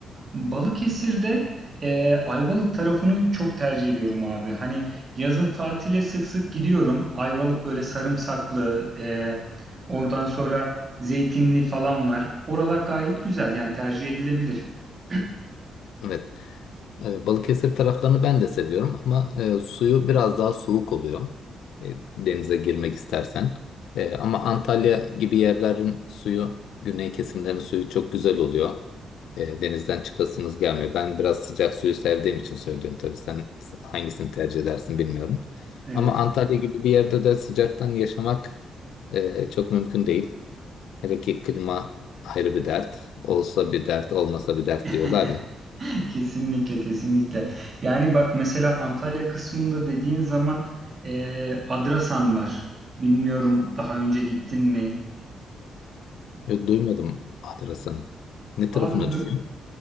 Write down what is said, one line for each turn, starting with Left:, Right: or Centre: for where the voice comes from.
Right: Balıkesir'de e, Ayvalık tarafını çok tercih ediyorum abi. Hani yazın tatile sık sık gidiyorum. Ayvalık böyle sarımsaklı, e, oradan sonra zeytinli falan var. Oralar gayet güzel yani tercih edilebilir. <clears throat>
Left: Evet. E, Balıkesir taraflarını ben de seviyorum ama e, suyu biraz daha soğuk oluyor. E, denize girmek istersen. E, ama Antalya gibi yerlerin suyu, güney kesimlerin suyu çok güzel oluyor. E, denizden çıkasınız gelmiyor. Ben biraz sıcak suyu sevdiğim için söylüyorum tabii. Sen hangisini tercih edersin bilmiyorum.
Right: Evet.
Left: Ama Antalya gibi bir yerde de sıcaktan yaşamak e, çok mümkün değil. Hele ki klima ayrı bir dert. Olsa bir dert, olmasa bir dert
Right: <laughs>
Left: diyorlar ya.
Right: Kesinlikle kesinlikle. Yani bak mesela Antalya kısmında dediğin zaman e, Adrasan var. Bilmiyorum daha önce gittin mi?
Left: Yok duymadım Adrasan'ı. Ne
Right: Abi
Left: tarafına
Right: bö-
Left: düşüyor?